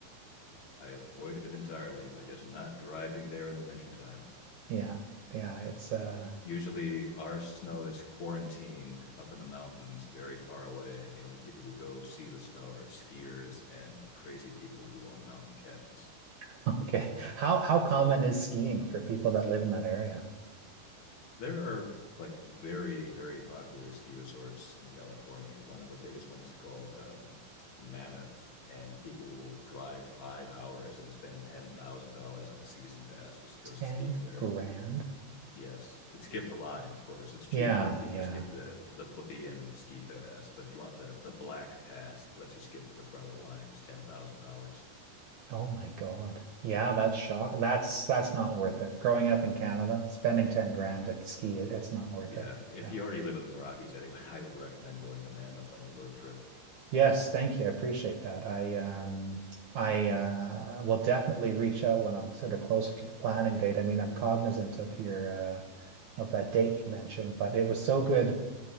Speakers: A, on the left; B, on the right.
A: I avoid it entirely by just not driving there in the wintertime.
B: Yeah. Yeah, it's uh
A: Usually, our snow is quarantined up in the mountains, very far away, and the only people who go see the snow are skiers and crazy people who own mountain cabins.
B: <laughs> okay. How how common is skiing for people that live in that area?
A: there are like very very popular ski resorts in California. One of the biggest ones is called um, Mammoth, and people will drive five hours and spend ten thousand dollars on a season pass just to go skiing
B: 10
A: there.
B: grand?
A: Yes, to skip the line, of course, it's cheaper
B: Yeah,
A: if you
B: yeah.
A: just get the the plebeian ski pass. But if you want the the black pass that lets you skip to the front of the line, it's ten thousand dollars.
B: Oh my God. Yeah, that's shock. That's that's not worth it. Growing up in Canada, spending 10 grand to ski, it, it's not worth
A: Yeah,
B: it.
A: if
B: Yeah.
A: you already live in the Rockies anyway, <laughs> I would recommend going to Mammoth on your road trip.
B: Yes, thank you. I appreciate that. I um I uh will definitely reach out when I'm sort of closer to the planning date. I mean, I'm cognizant of your uh of that date you mentioned, but it was so good